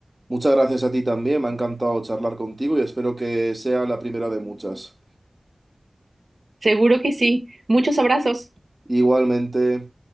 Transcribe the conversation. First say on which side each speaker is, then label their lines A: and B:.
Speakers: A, on the right; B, on the right.
A: Muchas gracias a ti también, me ha encantado charlar contigo y espero que sea la primera de muchas.
B: Seguro que sí. Muchos abrazos.
A: Igualmente.